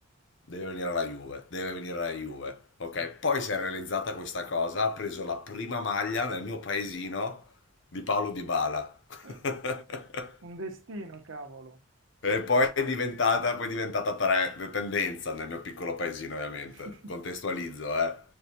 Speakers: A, on the left; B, on the right.
A: deve venire alla Juve, deve venire alla Juve. Ok,
B: sì.
A: poi si è realizzata questa cosa, ha preso la prima maglia nel mio paesino di Paolo Dybala.
B: Eh,
A: <laughs>
B: Un destino, cavolo.
A: E poi è diventata, poi è diventata tre- tendenza nel mio piccolo paesino, ovviamente.
B: <laughs>
A: Contestualizzo, eh.